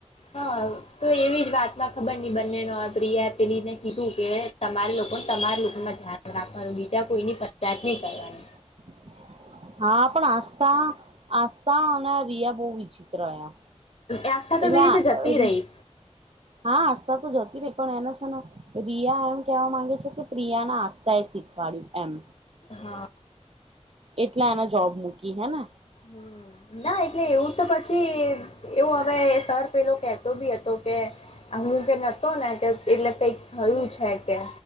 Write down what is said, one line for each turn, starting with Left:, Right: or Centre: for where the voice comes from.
Left: હા તો એવી જ વાત મા ખબર ની બંને નો પ્રિયઆ પેલીને કીધું કે તમારે લોકોને તમારા લોકોમાં ધ્યાન રાખવાનું બીજા કોઈની ફરિયાદ ની કરવાની
Right: <inaudible> હા પણ આસ્થા આસ્થા અને રિયા બો વિચિત્ર રહ્યા
Left: આસ્થા
Right: એટલે
Left: <unintelligible> જતી રઈ
Right: હા આસ્તા તો જતી રઈ પણ એનો છે ને રિયા એમ કેવા માંગે છે કે પ્રિયા ના આસ્થા એ શીખવાડ્યું એમ
Left: હા
Right: એટલે એ જોબ મૂકી હે ને
Left: હ ના એટલે એવું તો પછી એવું હવે સર પેલો કેતો બી હતો કે હું કે નતો ને કે એટલે કંઈક કયું છે કે